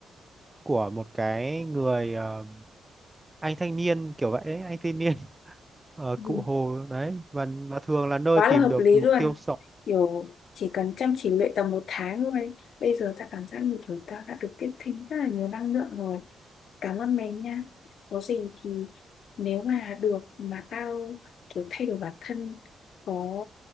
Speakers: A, on the right; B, on the left.
A: của một cái người ờ, anh thanh niên kiểu vậy ấy, anh thanh niên <laughs> ở Cụ
B: Ừ.
A: Hồ đấy và và thường là nơi
B: quá
A: tìm
B: là hợp
A: được
B: lý
A: mục
B: luôn
A: tiêu sống
B: kiểu chỉ cần chăm chỉ luyện tầm một tháng thôi bây giờ ta cảm giác như kiểu ta đã được tiếp thêm rất là nhiều năng lượng rồi cảm ơn mình nha có gì thì nếu mà được mà tao kiểu thay đổi bản thân có